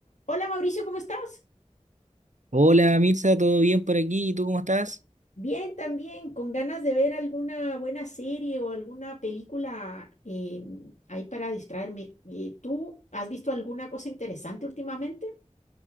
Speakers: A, on the left; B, on the right.
A: Hola Mauricio, ¿cómo estás?
B: Hola Mirza, ¿todo bien por aquí? ¿Y tú cómo estás?
A: Bien, también, con ganas de ver alguna buena serie o alguna película eh, ahí para distraerme. Eh, ¿tú has visto alguna cosa interesante últimamente?